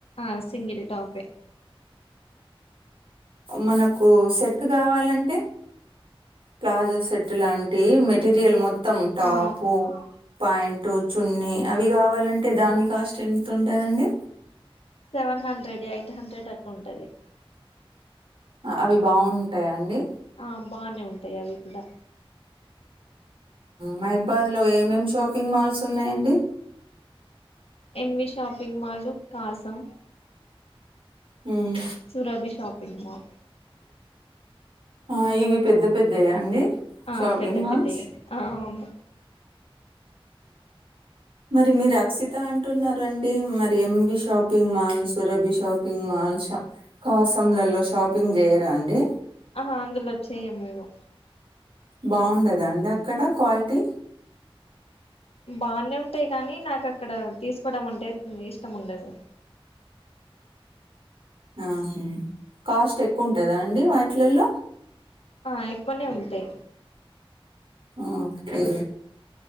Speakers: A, on the left; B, on the right.
A: ఆ సింగిల్ టాపే
B: మనకు సెట్ కావాలంటే ప్లాజా సెట్ లాంటి మెటీరియల్ మొత్ మొత్తం టాపూ
A: ఆ
B: ప్యాంట్ అటు చున్నీ అవి కావాలంటే దాని కాస్ట్ ఎంత ఉంటాందండి
A: సెవెన్ హండ్రెడ్ ఎయిట్ హండ్రెడ్ అట్లా ఉంటది
B: అవి బాగుంటాయా అండి
A: ఆ బానే ఉంటాయి అవి కూడా
B: మహబాద్ లో ఏమేమి షాపింగ్ మాల్స్ ఉన్నాయండి
A: ఎంవి షాపింగ్ మాల్ కాసాం
B: హ్మ్
A: సురభి షాపింగ్ మాల్
B: ఆ ఇవి పెద్ద పెద్దయా అండి
A: ఆ
B: షాపింగ్
A: పెద్ద
B: మాల్స్
A: పెద్దయి ఆ అవును
B: మరి మీరు అక్సిత అంటునారండి మరి MV shopping mall Surabhi shopping మా అంశ కాసంలలో షాపింగ్ జేయరా అండి
A: ఆహా అందులో చేయం మేము
B: బాగుండదా అండి అక్కడ క్వాలిటీ
A: బానే ఉంటయి కానీ నాకు అక్కడ తీసుకోవడం అంటే ఇష్టం ఉండదు
B: ఆహ కాస్ట్ ఎక్కువుంటదా అండి వాటిలలో
A: ఆ ఎక్కువనే ఉంటాయి
B: ఓకే